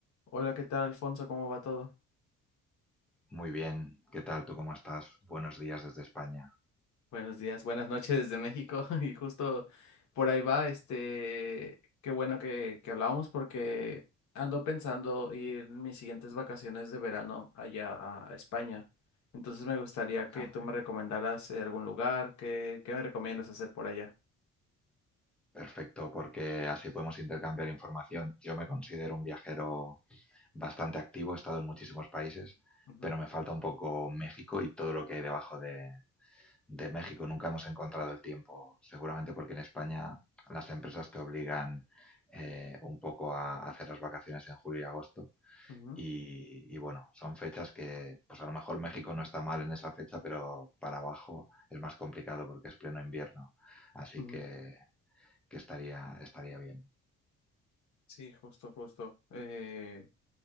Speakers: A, on the left; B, in the centre.
A: Hola, ¿qué tal, Alfonso? ¿Cómo va todo?
B: Muy bien, ¿qué tal? ¿Tú cómo estás? Buenos días desde España.
A: Buenos días, buenas noches desde México. <laughs> Y justo por ahí va, este, qué bueno que, que hablábamos porque ando pensando ir mis siguientes vacaciones de verano allá a a España. Entonces me gustaría que
B: Ah, muy
A: tú
B: bien.
A: me recomendaras eh, algún lugar, ¿qué, qué me recomiendas hacer por allá?
B: Perfecto, porque así podemos intercambiar información. Yo me considero un viajero bastante activo, he estado en muchísimos países,
A: Ujú,
B: pero me falta un poco México y todo lo que hay debajo de, de México. Nunca hemos encontrado el tiempo, seguramente porque en España las empresas te obligan eh, un poco a hacer las vacaciones en julio y agosto
A: ujú,
B: Y, y bueno, son fechas que, pues a lo mejor México no está mal en esa fecha, pero para abajo es más complicado porque es pleno invierno. Así
A: ujú.
B: que, que estaría, estaría bien.
A: Sí, justo, justo. Eh,